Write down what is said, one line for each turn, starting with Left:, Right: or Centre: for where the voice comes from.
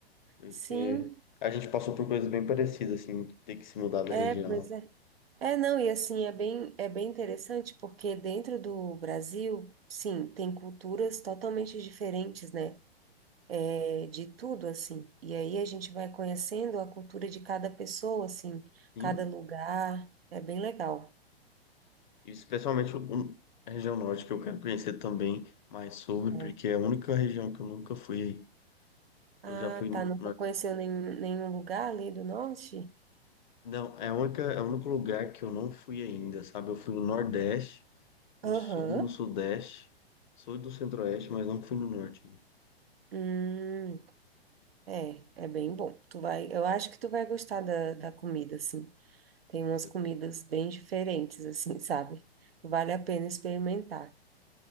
Left: porque
Right: sim,
Left: a gente passou por coisas bem parecidas, assim, ter que se mudar da
Right: é,
Left: região.
Right: pois é. É, não, e assim, é bem, é bem interessante porque dentro do Brasil, sim, tem culturas totalmente diferentes, né? é, de tudo, assim. E aí a gente vai conhecendo a cultura de cada pessoa, assim,
Left: Sim,
Right: cada lugar. É bem legal.
Left: e especialmente o- a região norte, que eu quero conhecer também mais sobre,
Right: É.
Left: porque é a única região que eu nunca fui. Eu
Right: Ah,
Left: já fui no
Right: tá. Nunca conheceu nenhum, nenhum lugar ali do norte?
Left: Não, é a única, é o único lugar que eu não fui ainda, sabe? Eu fui no Nordeste, no
Right: Aham.
Left: Sul, no Sudeste, Sul do Centro-Oeste, mas não fui no Norte. ainda.
Right: Hum, é, é bem bom. Tu vai, eu acho que tu vai gostar da, da comida, assim. Tem umas
Left: Sou
Right: comidas bem diferentes, assim, <laughs> sabe? Vale a pena experimentar.